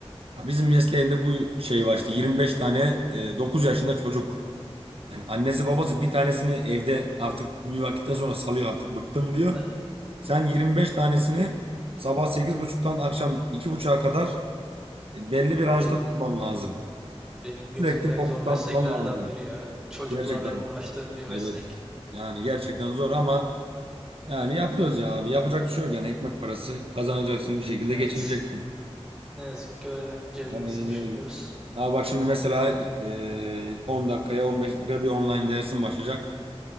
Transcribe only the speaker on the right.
Ha, Bizim mesleğinde bu şey var işte 25 tane 9 yaşında çocuk. Yani annesi babası bir tanesini evde artık bir vakitten sonra salıyor artık bıktım diyor.
Sen 25 tanesini sabah sekiz buçuktan akşam 2.30'a kadar e, belli bir ranjda
tutman lazım.
Sürekli fokuslanman
lazım.
Gerçekten
evet. Yani gerçekten zor ama yani yapıyoruz ya abi. Yapacak bir şey yok yani ekmek parası kazanacaksın bir şekilde
geçineceksin.
Aynen
öyle. Ama bak şimdi mesela e, 10 dakikaya 15 dakikaya bir online dersim başlayacak.